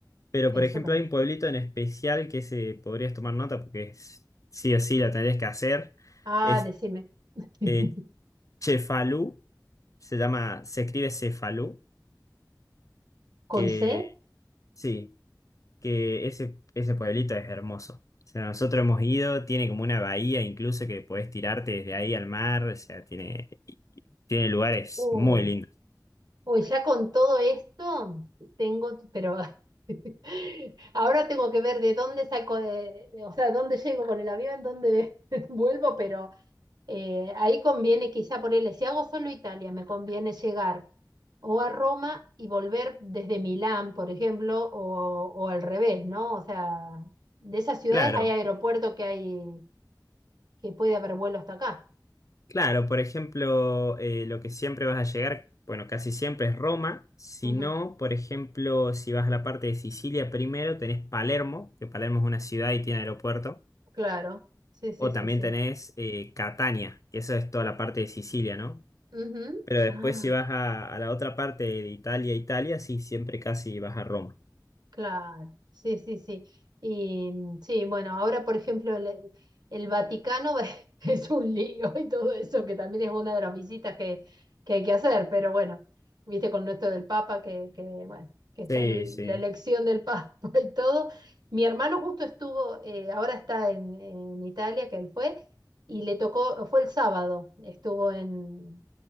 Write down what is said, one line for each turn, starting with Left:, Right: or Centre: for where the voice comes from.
Left: Pero,
Right: Eso
Left: por ejemplo,
Right: también.
Left: hay un pueblito en especial que se podrías tomar nota porque es- sí o sí la tendrías que hacer.
Right: Ah,
Left: Es
Right: decime. <laughs>
Left: eh, Cefalú, se llama, se escribe Cefalú,
Right: ¿Con
Left: que
Right: C?
Left: sí, que ese, ese pueblito es hermoso. O sea, nosotros hemos ido, tiene como una bahía incluso que podés tirarte desde ahí al mar, o sea, tiene, tiene lugares
Right: Uh,
Left: muy lindos.
Right: uy, ya con todo esto tengo... Pero <laughs> ahora tengo que ver de dónde saco... eh, o sea, dónde llego con el avión, dónde <laughs> vuelvo, pero... Eh, ahí conviene quizá ponerle, si hago solo Italia, me conviene llegar o a Roma y volver desde Milán, por ejemplo, o, o al revés, ¿no? O sea, de esas ciudades
Left: Claro.
Right: hay aeropuerto que hay, que puede haber vuelo hasta acá.
Left: Claro, por ejemplo, eh, lo que siempre vas a llegar, bueno, casi siempre es Roma. Si
Right: Ujú,
Left: no, por ejemplo, si vas a la parte de Sicilia primero, tenés Palermo, que Palermo es una ciudad y tiene aeropuerto.
Right: Claro, sí, sí,
Left: O
Right: sí,
Left: también
Right: sí.
Left: tenés eh, Catania, que eso es toda la parte de Sicilia, ¿no?
Right: Ujú.
Left: Pero después
Right: Ah.
Left: si vas a, a la otra parte de Italia, Italia, sí, siempre casi vas a Roma.
Right: Claro, sí, sí, sí. Y mm, sí, bueno, ahora por ejemplo el, el Vaticano <laughs> es un lío y todo eso, que también es una de las visitas que, que hay que hacer, pero bueno, viste con esto del Papa, que, que bueno, que está
Left: Sí,
Right: el-
Left: sí.
Right: la elección del Papa <laughs> y todo. Mi hermano justo estuvo, eh, ahora está en, en Italia, que él fue, y le tocó, fue el sábado, estuvo en,